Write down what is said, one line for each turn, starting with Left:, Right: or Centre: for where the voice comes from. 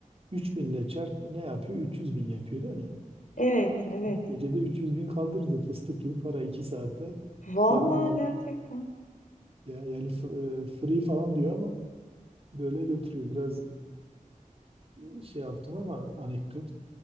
Right: 3000 ile çarp ne yapıyor? 300 bin yapıyor değil mi?
Left: Evet, evet.
Right: Gecede 300 bin kaldırdı fıstık gibi para 2 saatte.
Left: Vallahi
Right: Dedim vallahi
Left: gerçekten.
Right: ya yani f- e, free falan diyor ama böyle götürüyor. Biraz e, şey yaptım ama anekdot.